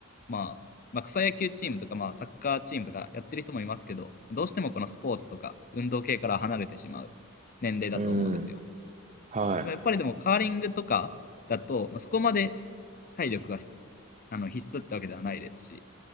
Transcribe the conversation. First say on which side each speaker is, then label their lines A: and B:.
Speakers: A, on the left; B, on the right.
A: まあ、まあ、草野球チームとか、まあ、サッカーチームとかやってる人もいますけど、どうしてもこのスポーツとか運動系から離れてしまう年齢だと思うんですよ。
B: うん。はい。
A: まあ、やっぱりでもカーリングとかだと、まあ、そこまで体力が必あの必須ってわけではないですし、